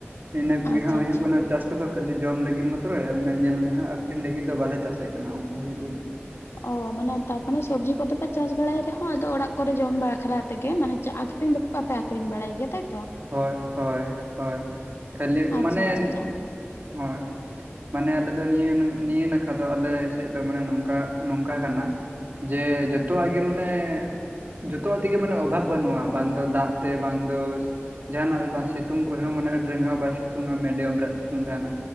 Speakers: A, on the right; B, on the left.
A: ᱤᱱᱟᱹ ᱠᱚᱜᱮ
B: ᱟᱪᱪᱷᱟ
A: ᱦᱟᱸᱜ ᱦᱩᱭᱩᱜ
B: ᱟᱪᱪᱷᱟ
A: ᱠᱟᱱᱟ ᱾ ᱪᱟᱥ ᱠᱚᱫᱚ ᱠᱷᱟᱹᱞᱤ ᱡᱚᱢ ᱞᱟᱹᱜᱤᱫ ᱢᱚᱛᱨᱚᱡ ᱧᱮᱞ ᱢᱮ ᱦᱟᱸᱜ ᱟᱠᱷᱨᱤᱧ ᱞᱟᱹᱜᱤᱫ ᱫᱚ ᱵᱟᱞᱮ ᱪᱟᱥ ᱮᱫ ᱠᱟᱱᱟ ᱚᱱᱠᱟ ᱦᱩᱭᱩᱜ ᱠᱟᱱᱟ ᱾
B: ᱚ ᱢᱟᱱᱮ ᱛᱟᱯ ᱢᱟᱱᱮ ᱥᱚᱵᱽᱡᱤ ᱠᱚᱫᱚ ᱯᱮ ᱪᱟᱥ ᱵᱟᱲᱟᱭ ᱨᱮᱦᱚᱸ ᱟᱫᱚ ᱚᱲᱟᱜ ᱠᱚᱨᱮ ᱡᱚᱢ ᱵᱟᱠᱷᱨᱟ ᱛᱮᱜᱮ ᱢᱟᱱᱮ ᱟᱹᱠᱷᱨᱤᱧ ᱫᱚ ᱵᱟᱯᱮ ᱟᱠᱷᱨᱤᱧ ᱵᱟᱲᱟᱭ ᱜᱮᱭᱟ ᱛᱟᱭᱛᱚ?
A: ᱦᱳᱭ ᱦᱳᱭ ᱦᱳᱭ, ᱠᱷᱟᱹᱞᱤ ᱢᱟᱱᱮ
B: ᱟᱪᱪᱷᱟ ᱟᱪᱪᱷᱟ ᱟᱪᱪᱷᱟ
A: ᱦᱳᱭ ᱾ ᱢᱟᱱᱮ ᱟᱞᱮ ᱫᱚ ᱱᱤᱭᱟᱹ ᱱᱤᱭᱟᱹ ᱱᱟᱠᱷᱟ ᱫᱚ ᱟᱞᱮ ᱥᱮᱫ ᱫᱚ ᱢᱟᱱᱮ ᱱᱚᱝᱠᱟ ᱱᱚᱝᱠᱟ ᱠᱟᱱᱟ ᱡᱮ ᱡᱚᱛᱚᱣᱟᱜ ᱜᱮ ᱢᱟᱱᱮ ᱡᱚᱛᱚᱣᱟᱜ ᱛᱮᱜᱮ ᱢᱟᱱᱮ ᱚᱵᱷᱟᱵᱽ ᱵᱟᱹᱱᱩᱜᱼᱟ ᱵᱟᱝ ᱫᱚ ᱫᱟᱜ ᱛᱮ ᱵᱟᱝ ᱫᱚ ᱡᱟᱦᱟᱱᱟᱜ ᱵᱟᱝ ᱥᱤᱛᱩᱝ ᱠᱚᱨᱮ ᱦᱚᱸ ᱢᱟᱱᱮ ᱟᱹᱰᱤ ᱨᱮᱸᱜᱟᱣ ᱦᱚᱸ ᱵᱟᱭ ᱥᱤᱛᱩᱝᱟ ᱢᱰᱤᱭᱟᱢ ᱵᱮᱥ ᱥᱤᱛᱩᱝ ᱛᱟᱦᱮᱱᱟ